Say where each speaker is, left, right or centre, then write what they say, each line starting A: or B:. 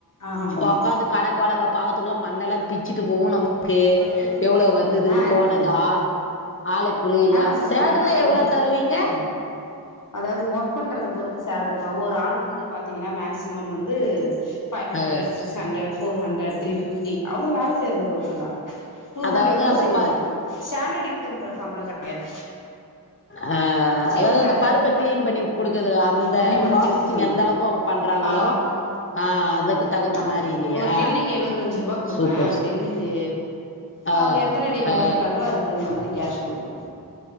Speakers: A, on the left (about 55°); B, on the left (about 35°).
A: ஆ ஆமா
B: ஒக்காந்துட் கணக்கு வழக்க பாக்கத்துக்குள்ள மண்டலா பிச்சிட்டு போவு நம் கே
A: ஆ எடுத்துட்டு
B: எவ்ளோ வந்தது போனது
A: வாங்க
B: ஆ ஆளு கூலி எல்லா
A: ஆஹா சொத்த
B: சேல்ரிலா
A: வேணா பத்த மட்டு
B: எவ்ளோ
A: எடுத்துட்டு
B: தருவீங்க
A: வா ம் அதாவது ஒர்க் பண்றத பொறுத்து சேல்ரிமா ஒரு ஆள் வந்து பாத்தீங்கன்னா மேக்சிமம் வந்து five hundred
B: uh
A: six hundred four hundred three fifty அவங்க வேல செய்றத பொறுத்து தா டூ
B: அதாவது
A: ஹண்ட்ரட் கூட
B: அந்த
A: செய்வாங்க
B: ப
A: ஸ்டாண்டர்ட் இன்கம் க சம்பள கெடையாத்
B: அ அதாவது
A: எடுக்கறாங்கல்ல
B: அந்த பருப்ப கிளீன் பண்ணி கொடுக்குறது அந்த
A: முந்தி ஒடச்சு
B: ப்ராசஸிங்
A: எடுத்து குடுக்கணு
B: எந்த அளவுக்கு அவங்கோ பண்றாங்களோ
A: ஆமா
B: ஆ அதுக்கு தகுந்த
A: ஆமா
B: மாரி இல்லையா
A: ஒரு டின்னுக்கு எழுவத்தஞ்சு ரூபா குடுப்பே
B: சூப்பர்
A: ஒரு
B: சூ
A: டின்னுக்கு
B: ஆ
A: அவங்க எத்தன டின்னு
B: ஆ ஆ
A: ஒடைக்கிறாங்களோ அதுக்கு தகுந்த மாரி கேஸ் குடுக்கணு